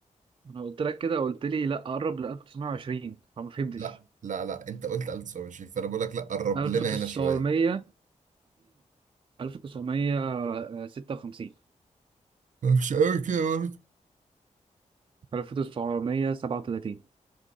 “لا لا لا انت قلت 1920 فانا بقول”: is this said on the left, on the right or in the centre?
Right